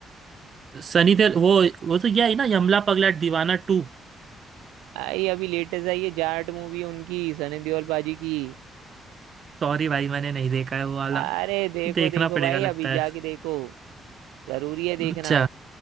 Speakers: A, on the right; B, on the right.
A: सनी देओल वो वो तो यह है ना यमला पगला दीवाना टू
B: आई अभी लेटेस्ट आई है जाट मूवी उनकी सनी देओल पाजी की
A: सॉरी भाई मैंने नहीं देखा है वो वाला
B: अरे
A: तो
B: देखो
A: देखना
B: देखो
A: पड़ेगा
B: भाई
A: लगता
B: अभी
A: है
B: जाके देखो जरूरी है देखना
A: अच्छा